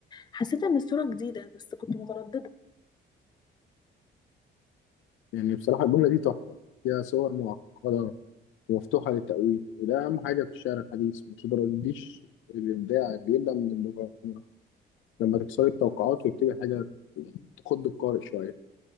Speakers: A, on the left; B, on the left.
A: حسيت ان الصوره جديده بس كنت متردده
B: يعني بصراحة الجملة دي تحفة فيها صور معقدة ومفتوحة للتأويل وده أهم حاجة في الشعر الحديث ما ترديش الإبداع بيبدأ من المغامرة لما تكسري التوقعات وتكتبي حاجة يعني تخض القارئ شوية